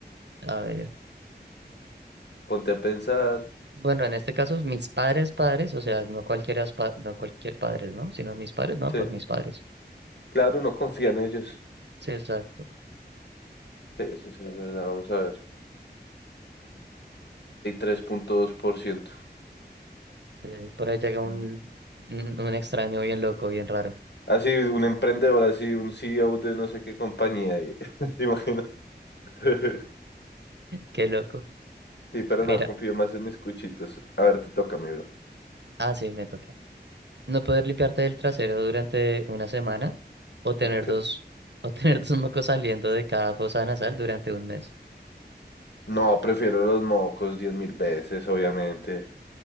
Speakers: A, on the right; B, on the left.
A: A ver.
B: ponte a pensar.
A: Bueno, en este caso, mis padres, padres, o sea, no cualquiera, es pa- no cualquier padres, ¿no? Sino mis padres, no,
B: Sí,
A: por mis padres.
B: claro, no confía en ellos.
A: Sí, exacto.
B: Sí, eso sí es verdad, vamos a ver. 83.2%.
A: Sí, por ahí llega un,
B: Ah.
A: un un extraño bien loco, bien raro.
B: Así, un emprendedor, así, un CEO de no sé qué compañía. y- <laughs> ¿Te imaginas? <laughs>
A: Qué loco.
B: Sí, pero
A: Mira,
B: no, confío más en mis cuchitos. A ver, te toca, mi bro.
A: ah, sí, me toca. No poder limpiarte del trasero durante una semana o tener
B: <laughs>
A: dos, <laughs> o tener dos mocos saliendo de cada fosa nasal durante un mes.
B: No, prefiero los mocos diez mil veces, obviamente.